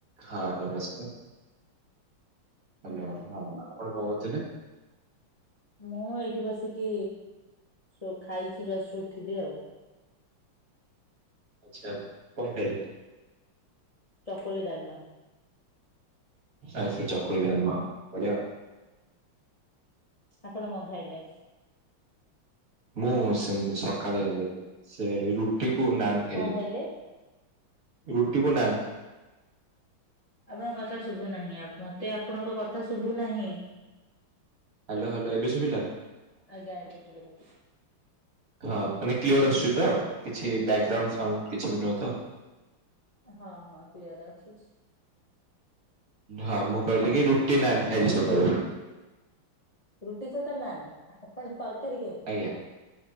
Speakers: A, on the right; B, on the left.
A: ହଁ ନମସ୍କାର ହା ଲୋ ହଁ ଆପଣ କଣ କହୁଥିଲେ।
B: ମୁଁ ଏଇଠି ବସିକି ସୋ-ଖାଇଛି ଜଷ୍ଟ ଉଠିଲି ଆଉ।
A: ଆଚ୍ଛା କଣ ଖାଇଲେ।
B: ଚକଳି ଡାଲମା।
A: ଆ ସେ ଚକୁଳି ଡାଲମା ବଢିଆ।
B: ଆପଣ କଣ ଖାଇଲେ।
A: ମୁଁ ସେମିତି ସକାଳେ ସେ ରୁଟି କୁ ନାନ୍ ଖାଇଲି।
B: କଣ ଖାଇଲେ?
A: ରୁଟିକୁ ନାନ୍।
B: ଆପଣଙ୍କ କଥା ଶୁଭୁ ନାହିଁ, ମତେ ଆପଣଙ୍କ କଥା ଶୁଭୁ ନାହିଁ।
A: ହାଲୋ ହାଲୋ ଏବେ ଶୁଭିଲା।
B: ଆଜ୍ଞା ଆଜ୍ଞା ଶୁଭିଲା।
A: ହଁ ମାନେ କ୍ଲିୟର ଆସୁଛି ତ କିଛି ବ୍ୟାଗଗ୍ରାଉଣ୍ଡ ସାଉଣ୍ଡ କିଛିବି ନୁହଁ ତ।
B: ହଁ ହଁ କ୍ଲିୟର ଅଛି।
A: ହଁ ମୁଁ କହିଲି କି ରୁଟି ନାନ୍ ଖାଇଲି ସକାଳୁ।
B: ରୁଟି ସହିତ ନାନ୍ ଆପଣ ତରକାରୀ କାହିଁ।
A: ଆଜ୍ଞା।